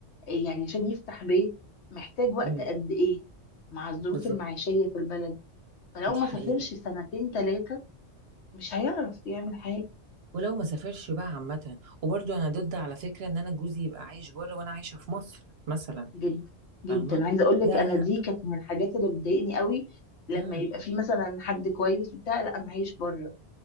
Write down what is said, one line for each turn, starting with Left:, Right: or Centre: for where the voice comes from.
Left: يعني عشان يفتح بيت محتاج وقت
Right: امم
Left: قد ايه مع الظروف
Right: بالظبط
Left: المعيشيه في البلد فلو
Right: دي
Left: ما
Right: حقيقه
Left: سافرش سنتين ثلاثه مش هيعرف يعمل حاجة
Right: ولو ما سافرش بقى عامة وبرضو أنا ضد على فكرة إن أنا جوزي يبقى عايش بره وأنا عايشة في مصر مثلا
Left: جدا جدا
Right: فاهمة؟
Left: عايزة اقول لك
Right: لا
Left: انا
Right: لا
Left: دي كانت من الحاجات اللي بتضايقني قوي لما
Right: امم
Left: يبقى في مثلا حد كويس وبتاع لا انا عايش بره